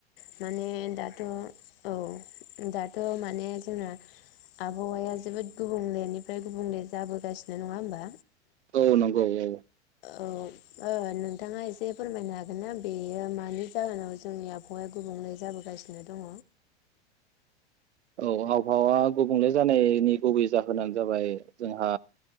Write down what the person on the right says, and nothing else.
औ नंगौ औ
औ आबहावा गुबुंले जानायनि गुबै जाहोनानो जाबाय जोंहा